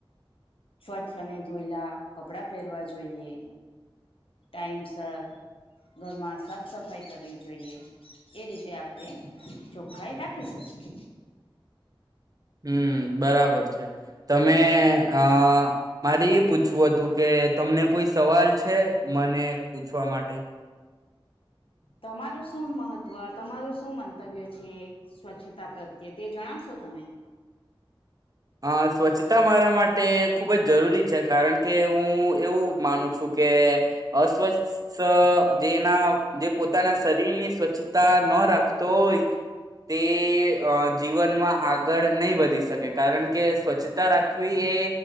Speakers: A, on the left; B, on the right.
A: સ્વ્છને ધોયેલા કપડા પહેરવા જોઈએ. ટાઈમસર ઘરમાં સાફ સફાઈ કરવી. જોઈએ એ રીતે આપણે ચોખ્ખાઈ રાખી શકીએ.
B: હમ બરાબર છે. તમે અ મારે એ પૂછવું હતું કે, તમને કોઈ. સવાલ છે, મને પૂછવા માટે. એ.
A: તમારું શું મહત્વ તમારું શું મંતવ્ય છે સ્વચ્છતા પ્રત્યે તે જણાવશો તમે.
B: અ સ્વચ્છતા મારા માટે ખૂબ જ જરૂરી છે કારણ કે હું એવું માનું છું, કે અસ્વચ્છ જેના જે પોતાના શરીરની સ્વચ્છતા ન રાખતો હોય તે જીવનમાં આગળ નહી વધી શકે. કારણ કે સ્વચ્છતા રાખવી એ